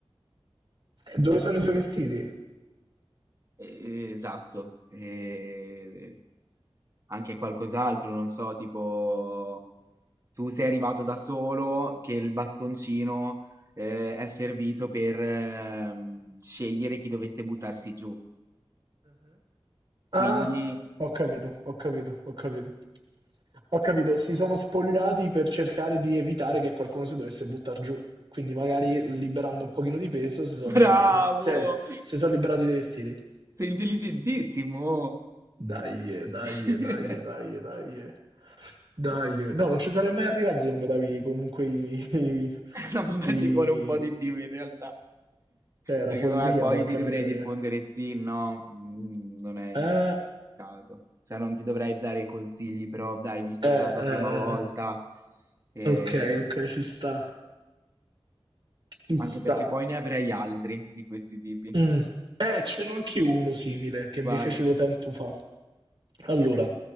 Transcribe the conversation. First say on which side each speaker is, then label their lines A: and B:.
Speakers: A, on the right; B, on the right.
A: Dove sono i suoi vestiti?
B: Eh, esatto. Eh, anche qualcos'altro, non so, tipo, tu sei arrivato da solo, che il bastoncino, eh, è servito per, ehm, scegliere chi dovesse buttarsi giù. Quindi,
A: Ah, ho capito, ho capito, ho capito. Ho capito, si sono spogliati per cercare di evitare che qualcuno si dovesse buttare giù. Quindi magari liberando un pochino di peso si sono
B: bravo!
A: liberati. Cioè, si sono liberati dei vestiti.
B: Sei intelligentissimo!
A: Dai, eh, dai,
B: <laughs>
A: eh, dai, eh, dai, eh, dai. eh. Dai, eh. no, non ci sarei mai arrivato se non mi davi comunque i... i-
B: No, vabbè,
A: i-
B: ci vuole un po' di più in realtà.
A: Cioè, era
B: Perché
A: follia,
B: vabbè, poi
A: porca
B: ti dovrei
A: miseria.
B: rispondere sì, no, mm, non è indicato.
A: Eh,
B: Cioè, non ti dovrei dare consigli, però dai, visto
A: eh,
B: che è la tua
A: eh,
B: prima volta,
A: eh.
B: eh,
A: Ok, ok, ci sta. Ci
B: anche
A: sta.
B: perché poi ne avrei altri di questi tipi.
A: Mm. Eh, ce n'ho anch'io uno simile che
B: Vai.
A: mi fecero tempo fa. Allora,